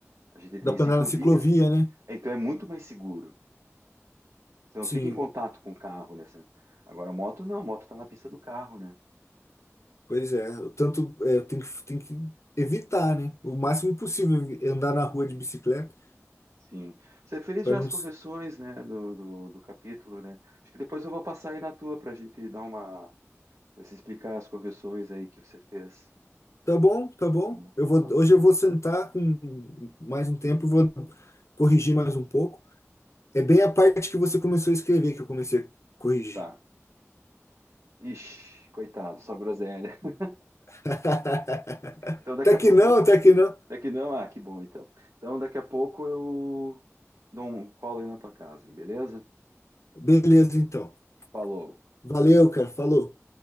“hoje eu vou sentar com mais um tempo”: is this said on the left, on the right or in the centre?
Left